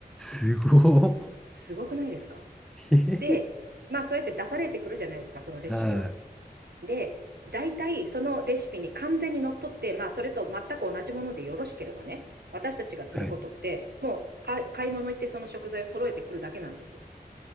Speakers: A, in the centre; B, on the right (about 80°).
A: すご
B: すごくないですか
A: い。
B: で、
A: ええ
B: まあ、そうやって出されてくるじゃないですか、そのレシピを。
A: はい。
B: で、大体そのレシピに完全にのっとって、まあ、それと全く同じものでよろしければね、私たちがすることって、
A: はい。
B: もうか買い物行ってその食材を揃えてくるだけなんです。